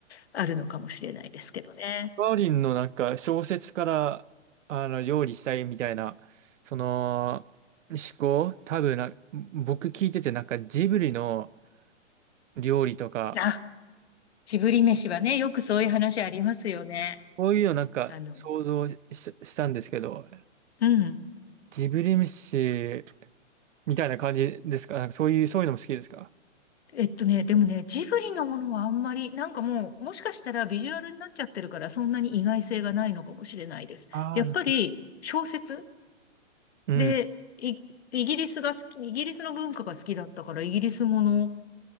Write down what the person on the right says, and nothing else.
カーリンのなんか、小説から、あの、料理したいみたいな、その、思考、多分な、僕聞いてて、なんかジブリの、料理とか、
そういうのなんか想像し、
したんですけど、
ジブリ飯みたいな感じですかなんかそういう、そういうのも好きですか
あー
うん。